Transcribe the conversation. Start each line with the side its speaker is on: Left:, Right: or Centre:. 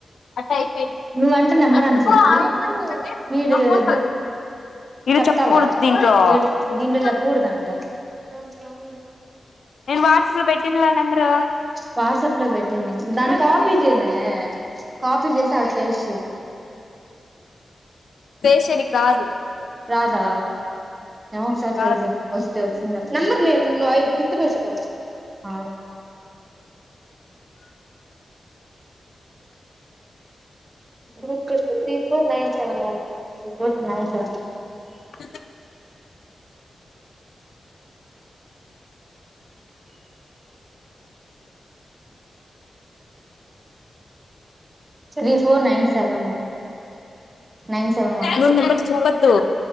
Left: అట్ట అయిపోయింది
Right: నువ్వంట టే నెంబర్
Left: అందుకు
Right: అంట చెప్పు
Left: ఆగుతుందంటే
Right: మీరీడొద్ద్
Left: నా ఫోన్ పగిలింది ఇది
Right: చెప్తావా
Left: చెప్పకూడదు దీంట్లో
Right: ఈడ్ దీంట్లో
Left: చెప్తున్న
Right: చెప్ప కూడదంట. ఇతవును
Left: నేను వాట్సాప్ లో పెట్టినలా నెంబరు
Right: వాట్సాప్ లో పెట్టిందం దాని కాపీ చేయిమే కాపీ చేసి ఆడ పేస్ట్ చెయ్
Left: పేస్ట్ చేయనికి రాద్
Right: రాదా ఏమో ఒకసారి
Left: రాదు
Right: ట్రై చెయ్యి వస్తే వచ్చింది లేకపోత్ నెంబర్ నువ్ ఇది గుర్తుపెట్టుకో ఆ అ గుర్తుచేసుకో three four nine seven one, three four nine seven one
Left: అ
Right: three four nine seven one nine seven one
Left: నువ్వు నెంబర్ చెప్పద్దూ.